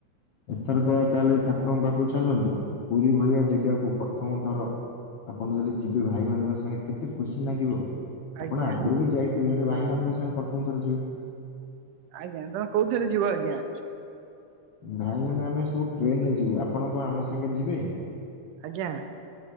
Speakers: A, on the left; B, on the right.
A: ଏଥରକ ତାହେଲେ ଠାକୁରଙ୍କ ପାଖକୁ ଚାଲନ୍ତୁ ପୁରୀ ଭଳିଆ ଜେଗାକୁ ପ୍ରଥମ ଥର ଆପଣ ଯଦି ଯିବେ ଭାଇମାନଙ୍କ ସାଙ୍ଗରେ କେତେ ଖୁସି ଲାଗିବ
B: ଆଜ୍ଞା
A: ଆପଣ ଆଗରୁ ବି ଯାଇଥିବେ ହେଲେ ଭାଇ ମାନଙ୍କ ସାଙ୍ଗେ ପ୍ରଥମ ଥର ଯିବେ
B: ଆଜ୍ଞା ତମେ କୋଉଥିରେ ଯିବ ଆଜ୍ଞା
A: ଭାଇ ମାନେ ଆମେ ସବୁ ଟ୍ରେନରେ ଯିବୁ ଆପଣ କଣ ଆମ ସାଙ୍ଗରେ ଯିବେ?
B: ଆଜ୍ଞା